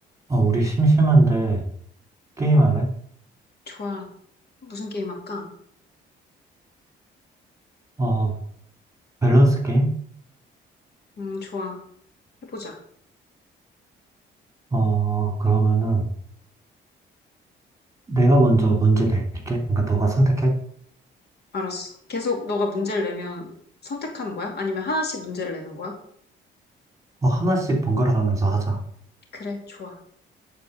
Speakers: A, on the right; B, on the left.
A: 어, 우리 심심한데 게임 할래?
B: 좋아. 무슨 게임 할까?
A: 어, 밸런스 게임?
B: 음, 좋아. 해보자.
A: 어, 그러면은 내가 먼저 문제 낼게. 그러니까 너가 선택해.
B: 알았어. 계속 너가 문제를 내면 선택하는 거야? 아니면 하나씩 문제를 내는 거야?
A: 어, 하나씩 번갈아 가면서 하자.
B: 그래, 좋아.